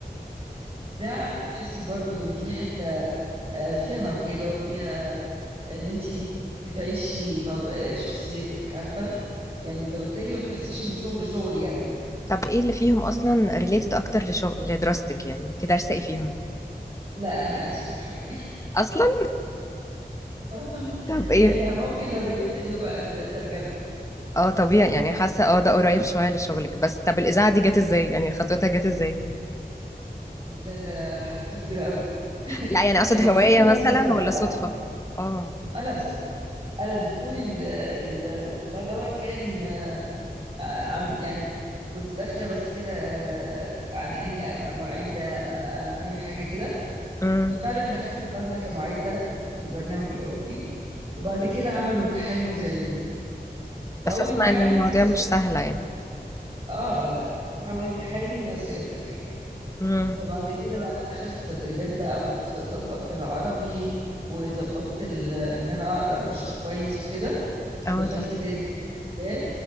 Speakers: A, on the right (about 35°); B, on the left (about 20°).
A: الاذاعه بتحسي برضو ان في حته آه، فيها موهبة وفيها ان انت بتعيشي طب آه، شخصيتك عارفة يعني فبالتالي ما بتحسيش ان شغل شغل يعني
B: طب ايه اللي فيهم اصلا ريليتد اكتر لشغل لدراستك يعني انت دارسة ايه فيهم
A: لا انا ألسن الحقيقة
B: اصلا
A: <laughs>
B: طب ايه
A: يعني ممكن لو ريليتد يبقى الترجمة
B: اه طبيعي يعني حاسة اه ده قريب شوية لشغلك بس طب الاذاعة دي جت ازاي يعني خطوتها جت ازاي
A: لا ده حدوتة كبيرة قوي
B: لا يعني اقصد
A: المفروض
B: هواية
A: ان
B: مثلا
A: هي صدفة بصراحة
B: ولا صدفة اه
A: آه، لا صدفة انا دخولي ال- ال- بتاع دوت كان آه، عن يعني كنت داخلة بس كده آه، على اني ابقى معدة ابقى اي حاجة كده
B: امم
A: ففعلا دخلت المبنى كمعدة في البرنامج الأوروبي وبعد كده عملوا امتحان مذيعين فأول
B: بس اسمع
A: امتحان
B: ان المواضيع
A: س...
B: مش سهلة يعني
A: آه لا أول امتحان سقطت الحقيقة
B: مم.
A: فبعد كده بقى دخلت تدريبات بقى وظبطت العربي وظبطت ال... إن أنا أقرأ نشرة كويس وكده
B: اه
A: ودخلت
B: طبعا
A: تاني الحمد لله